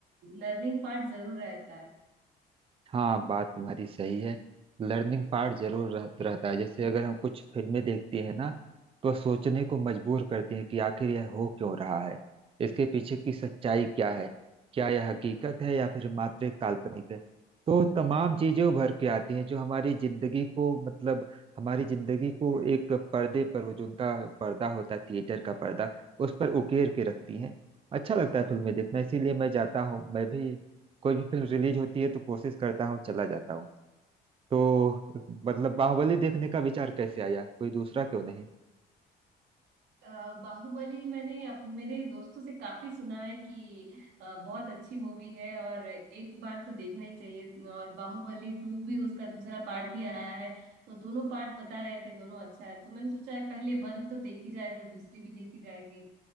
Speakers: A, on the right (about 85°); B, on the right (about 35°).
A: लर्निंग पार्ट जरूर रहता है
B: हाँ बात तुम्हारी सही है लर्निंग पार्ट जरूर रह, रहता है जैसे अगर हम कुछ फिल्में देखते हैं ना तो सोचने को मजबूर करती हैं कि आखिर यह हो क्यों रहा है इसके पीछे की सच्चाई क्या है क्या यह हकीकत है या फिर मात्र एक काल्पनिक है तो तमाम चीजें उभर के आती हैं जो हमारी जिंदगी को मतलब हमारी जिंदगी को एक पर्दे पर वो जो उनका पर्दा होता है थिएटर का पर्दा उस पर उकेर के रखती हैं अच्छा लगता है फिल्में देखना इसीलिए मैं जाता हूँ मैं भी कोई भी फिल्म रिलीज होती है तो कोशिश करता हूँ चला जाता हूँ तो मतलब बाहुबली देखने का विचार कैसे आया कोई दूसरा क्यों नहीं
A: अ, बाहुबली मैंने अप, मेरे दोस्तों से काफी सुना है कि अ, बहुत अच्छी मूवी है और एक बार तो देखना ही चाहिए और बाहुबली टू भी उसका दूसरा पार्ट भी आया है तो दोनों पार्ट बता रहे थे दोनों अच्छा है तो मैंने सोचा है पहले वन तो देखी जाए फिर दूसरी भी देखी जाएगी